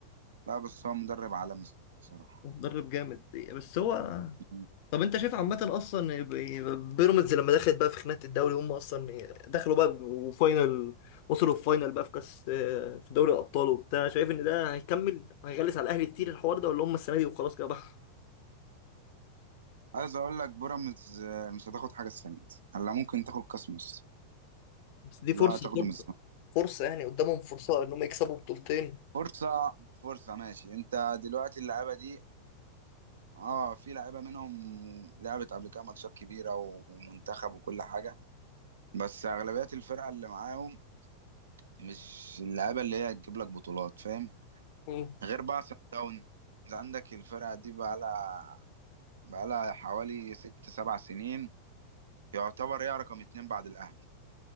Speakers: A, on the right; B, on the left.
A: لا بس هو مدرب عالمي الصراحة
B: مدرب جامد بس هو
A: مم.
B: طب انت شايف عامة اصلا ب- بيراميدز لما دخلت بقى في خناقة الدوري هم اصلا دخلوا بقى وفاينل وصلوا الفاينل بقى في كاس في دوري الابطال وبتاع شايف ان ده هيكمل هيغلس على الاهلي كتير الحوار ده ولا هم السنة دي وخلاص كده بقى
A: عايز اقول لك بيراميدز آه، مش هتاخد حاجة السنة دي هلا ممكن تاخد كاس مصر
B: بس دي
A: اللي
B: فرصة
A: هو هتاخده
B: فرصة
A: من الزمالك
B: فرصة يعني قدامهم فرصة ان هم يكسبوا بطولتين
A: فرصة فرصة ماشي انت دلوقتي اللعيبة دي اه في لعيبة منهم لعبت قبل كده ماتشات كبيرة ومنتخب وكل حاجة بس اغلبية الفرقة اللي معاهم مش اللعيبة اللي هي هتجيب لك بطولات فاهم
B: مم.
A: غير بقى سان داونز عندك الفرقة دي بقى لها بقى لها حوالي ست سبع سنين يعتبر هي رقم اتنين بعد الاهلي